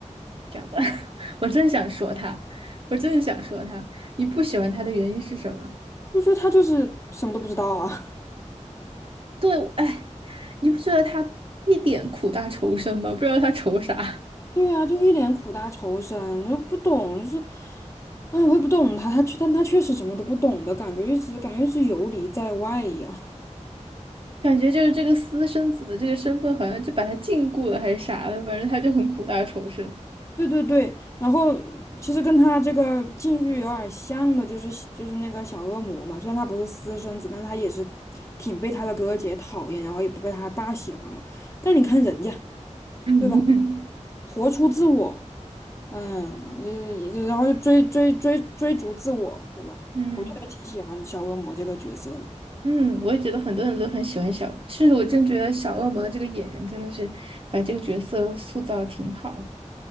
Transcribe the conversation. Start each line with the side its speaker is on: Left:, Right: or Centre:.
Right: 这样子。<laughs> 我真想说他，我真的想说他，你不喜欢他的原因是什么？
Left: 就觉得他就是什么都不知道啊。
Right: 对，哎，你不觉得他一点苦大仇深吗？不知道他仇啥，
Left: <laughs> 对啊，就一脸苦大仇深，又不懂，就是，嗯，我也不懂他，他确但他确实什么都不懂的感觉，一直感觉是游离在外一样。
Right: 感觉就是这个私生子的这个身份好像就把他禁锢了还是啥的，反正他就很苦大仇深。
Left: <laughs> 对对对，然后其实跟他这个境遇有点像的，就是就是那个小恶魔嘛，虽然他不是私生子，但是他也是挺被他的哥哥姐讨厌，然后也不被他爸喜欢嘛。但你看人家，
Right: <laughs> 嗯
Left: 对吧？活出自我。嗯，也也然后就追追追追逐自我，对吧？
Right: 嗯
Left: 我觉得挺喜欢小恶魔这个角色的。
Right: 嗯，我也觉得很多人都很喜欢小，其实我真觉得小恶魔的这个演员真的是把这个角色塑造得挺好的。